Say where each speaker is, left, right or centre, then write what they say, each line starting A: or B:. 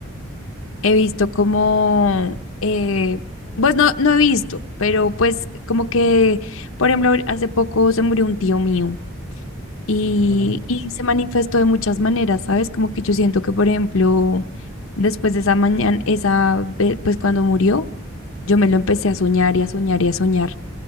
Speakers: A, on the left; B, on the left.
A: he visto como, eh, pues no, no he visto, pero pues como que, por ejemplo, hace poco se murió un tío mío y,
B: No, lo lamento.
A: y se manifestó de muchas maneras, ¿sabes? Como que yo siento que, por ejemplo, después de esa mañana, esa, ve- pues cuando murió, yo me lo empecé a soñar y a soñar y a soñar